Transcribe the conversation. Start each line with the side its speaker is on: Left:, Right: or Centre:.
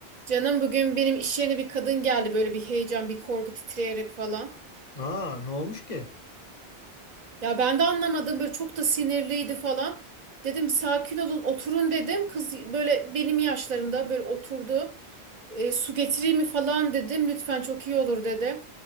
Right: Canım bugün benim iş yerine bir kadın geldi böyle bir heyecan, bir korku titreyerek falan.
Left: Aa, ne olmuş ki?
Right: Ya ben de anlamadım böyle çok da sinirliydi falan. Dedim "Bir sakin olun oturun dedim. Kız böyle benim yaşlarımda böyle oturdu. E, su getireyim mi falan dedim. Lütfen çok iyi olur dedi.